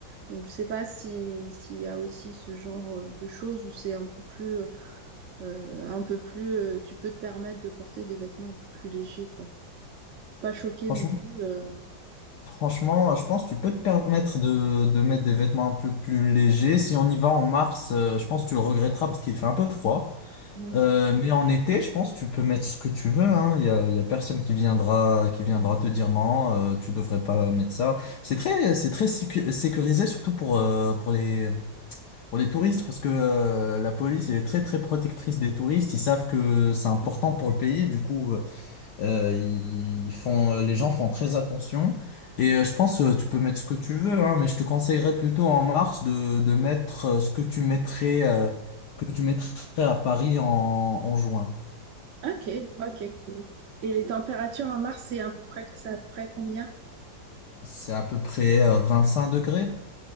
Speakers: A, on the right; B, on the left.
A: Donc, je sais pas si, s'il y a aussi ce genre euh, de choses où c'est un peu plus, euh, euh, un peu plus, euh, tu peux te permettre de porter des vêtements un peu plus légers, quoi. Pour pas choquer
B: Franchement,
A: non plus. euh,
B: franchement, je pense que tu peux te permettre de, de mettre des vêtements un peu plus légers. Si on y va en mars, euh, je pense que tu le regretteras parce qu'il fait un peu froid.
A: Oui.
B: Euh, mais en été, je pense, tu peux mettre ce que tu veux, hein. Il y a, il y a personne qui viendra, qui viendra te dire non, euh, tu devrais pas mettre ça. C'est très, c'est très sécu- sécurisé, surtout pour, euh, pour les, pour les touristes, parce que, euh, la police, elle est très, très protectrice des touristes. Ils savent que c'est important pour le pays. Du coup, euh, euh, ils font, euh, les gens font très attention. Et euh, je pense, euh, tu peux mettre ce que tu veux, hein, mais je te conseillerais plutôt en mars de, de mettre euh, ce que tu mettrais, euh, que tu mettrais à Paris en, en juin.
A: Ok, ok, cool. Et les températures à Mars, c'est à peu près, c'est à peu près combien?
B: C'est à peu près euh, 25 degrés.